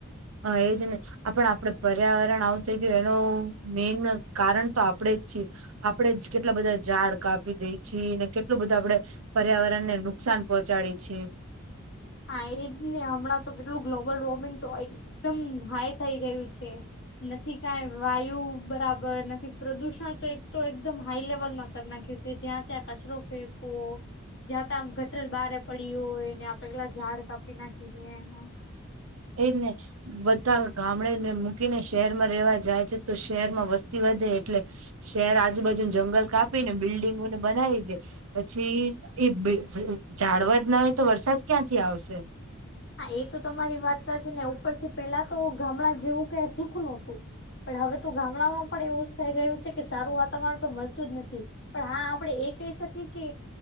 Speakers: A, on the right; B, on the left.
A: હા એ જ ને. આપડ આપડે પર્યાવરણ આવું થઈ ગયું એનું મેન કારણ તો આપણેે જ છીએ. આપડે જ કેટલા બધા ઝાડ કાપી દે છીએ ને કેટલું બધું આપડે પર્યાવરણ ને નુકસાન પહોંચાડે છે.
B: હા એજ ને હમણાં તો કેટલું ગ્લોબલ વોર્મિંગ તો હોય. એકદમ હાઈ થઈ ગયું છે. નથી કઈ વાયુ બરાબર નથી પ્રદુષણ તો એક તો એકદમ હાઈ લેવલમાં કરી નાખ્યું. જો ત્યાં ત્યાં કચરો ફેકો જ્યાં ત્યાં આમ ગટલ બારે પડી હોય ને આપડે પેલા ઝાડ કાપી નાખી છેએ એના.
A: એ જ ને. બધા ગામડેને મૂકીને શહેરમાં રહેેવા જાય છે તો શહેર માં વસ્તી વધે એટલે શહેર આજુબાજુ ના જંગલ કાપી ને બિલ્ડીિંગોને બનાવી દે. પછી એ <unintelligible> ઝાડવજ ના હોય તો વરસાદ ક્યાંથી આવશે.
B: હા એ તો તમારી વાત સાચી ને ઉપરથી પેલા તો ગામડા જેવું ક સુખ નહોતું. પણ હવે તો ગામડામાં પણ એવું જ થઈ ગયું છે કે સારું વાતાવરણ તો મળતું જ નથી. પણ હા આપડણે એ કહી શકીએ કે